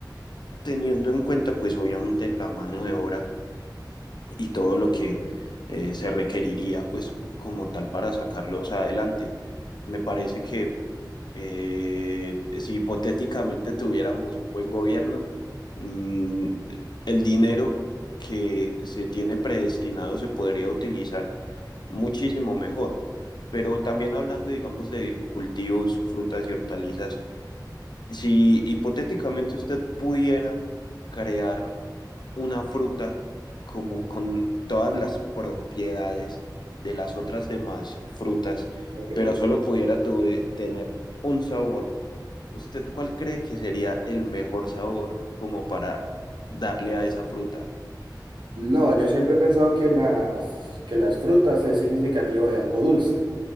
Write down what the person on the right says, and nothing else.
ok.
No, yo siempre he pensado que las, que las frutas es significativo de algo dulce.